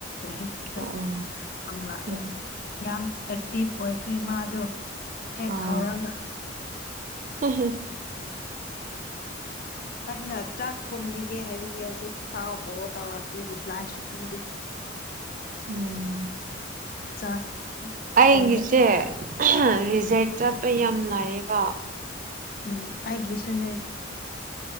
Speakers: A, on the left; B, on the right.
A: ꯍꯦꯛ ꯆ
B: ꯑꯣ
A: ꯍꯪꯜꯛꯑꯦ
B: ꯎꯝ
A: ꯌꯥꯝ ꯑꯦꯛꯇꯤꯚ ꯑꯣꯏꯈ꯭ꯔꯦ ꯃꯥꯗꯣ ꯍꯦꯛ
B: ꯑꯥꯎ
A: ꯍꯧꯔꯒ
B: ꯍ
A: ꯑꯩꯅ ꯆꯥꯛ ꯊꯣꯡꯕꯤꯒꯦ ꯍꯥꯏꯕꯒꯤ ꯍꯧꯖꯤꯛ ꯐꯥꯎ ꯀꯣꯜ ꯇꯧꯔꯛꯇ꯭ꯔꯤ ꯔꯤꯄ꯭ꯂꯥꯏꯁꯨ ꯄꯤꯗꯦ
B: ꯎꯝ
A: ꯆꯥꯛ
B: ꯑꯩꯪꯒꯤꯁꯦ
A: ꯊꯣꯡꯕ
B: ꯔꯤ ꯖꯦꯛ ꯆꯠꯄ ꯌꯥꯝ ꯂꯥꯛꯌꯦꯕ
A: ꯎꯝ ꯑꯩꯒꯤꯁꯨꯅꯦ